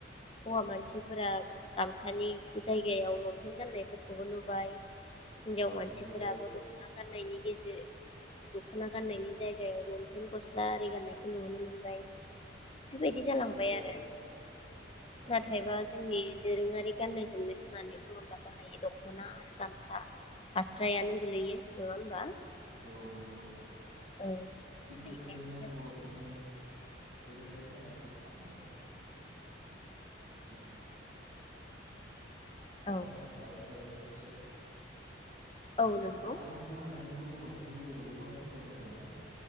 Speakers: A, on the left; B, on the right.
A: हौवा मानसिफोरा गामसानि जायगायाव लंपेन गाननायफोरखौबो नुबाय। हिनजाव मानसिफोराबो
B: नुबाय औ
A: दखना गाननायनि गेजे दखना गान्नायनि जायगायाव लंपेन गस दारि गाननायखौ नुनो मोनबाय। बिबायदि जालांबाय
B: औ
A: आरो
B: जालांबाय
A: नाथायबा
B: औ
A: जोंनि। दोरोङारि गान्नाय जोमनो होननानै बुङोब्ला गाहायै दखना आरो गामसा फास्रायानो गोलैयो नङा होमबा?
B: औ नंगौ औ।
A: औ
B: थिग
A: बेखायनो
B: बेबायदिनो बर'फोरनि। दोरोङारि गाननाय जोमफाखौ <unintelligible> नङा
A: औ
B: होमबा आर'नाइयाबो? मिथिया।
A: औ नंगौ
B: आर'नाइखौ लानानै। थ बर'फोरनि गेजेराव गोबां फोथायनाय दंना?